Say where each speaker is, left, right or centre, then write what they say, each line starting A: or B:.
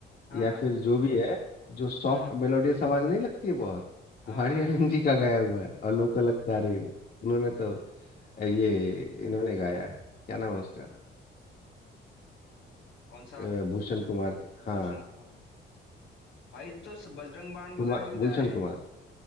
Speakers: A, on the left; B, on the left.
A: हाँ
B: या
A: हाँ
B: फिर जो भी है जो सॉफ्ट
A: हम्म
B: मेलोडियस आवाज नहीं लगती है बहुत
A: हाँ
B: वो हरि
A: हाँ
B: हरिन
A: हाँ हाँ।
B: जी का गाया हुआ है और लोग को लगता है अरे उन्होंने तो ये इन्होंने गाया है क्या नाम है उसका
A: हम्म, कौन सा
B: अ, भूषण कुमार के हाँ
A: भूषण कुमार है? भाई तो स- बजरंग बाण वगैरह
B: कुमार
A: भी
B: गुलशन
A: गाए हैं
B: कुमार